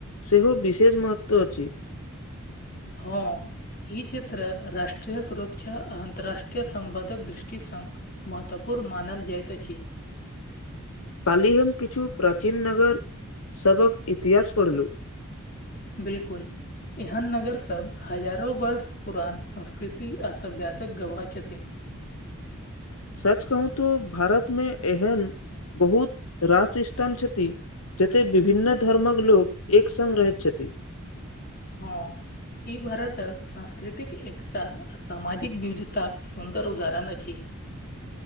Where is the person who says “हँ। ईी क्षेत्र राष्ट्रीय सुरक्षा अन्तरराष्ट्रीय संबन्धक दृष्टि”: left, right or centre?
Left